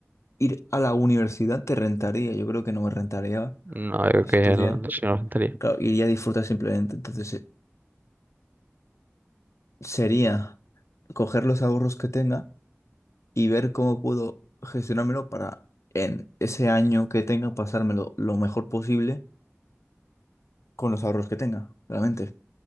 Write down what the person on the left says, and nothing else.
ir a la universidad te rentaría. Yo creo que no me rentaría
estudiar.
Claro, iría a disfrutar simplemente. Entonces, eh, sería coger los ahorros que tenga. y ver cómo puedo gestionármelo para en ese año que tenga pasármelo lo mejor posible con los ahorros que tenga, realmente.